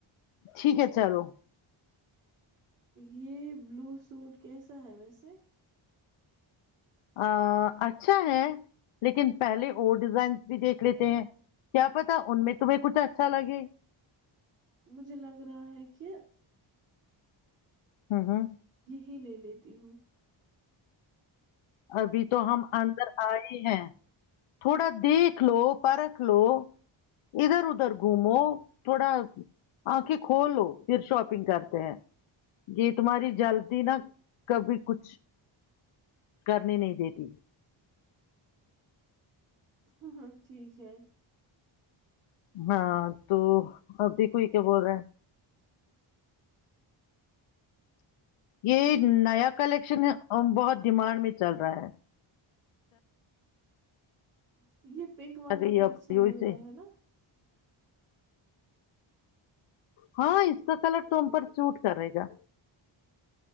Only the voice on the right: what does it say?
یہ بلو سوٹ کیسا ہے ویسے
مجھے لگ رہا ہے کہ
ہی لے لیتی ہوں
ہاں ہاں ٹھیک ہے
<unintelligible> یہ پنک والا
بھی اچھا
لگ
رہا ہے نا